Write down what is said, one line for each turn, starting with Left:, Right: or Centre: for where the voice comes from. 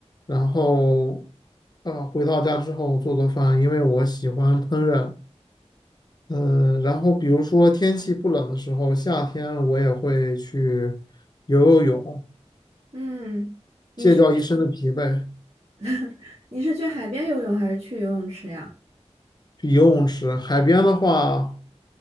Left: 然后啊、回到家之后做做饭，因为我喜欢烹饪，嗯、然后比如说天气不冷的时候，夏天我也会去游游泳，
Right: 嗯，你是
Left: 卸掉一身的疲惫，
Right: <laughs> 你是去海边游泳还是去游泳池呀？
Left: 去游泳池。海边的话。